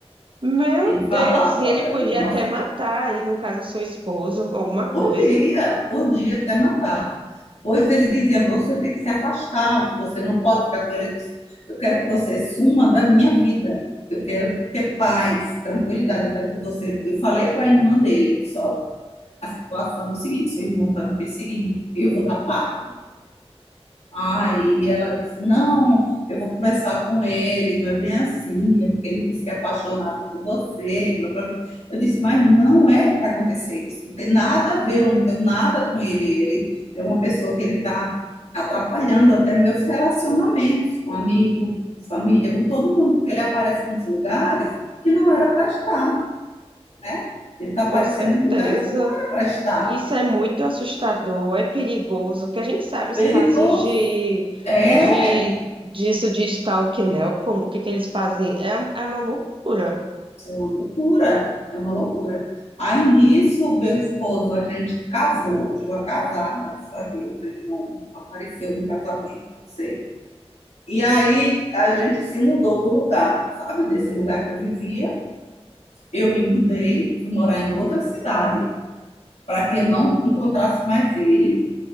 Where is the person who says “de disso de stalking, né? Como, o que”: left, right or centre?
Right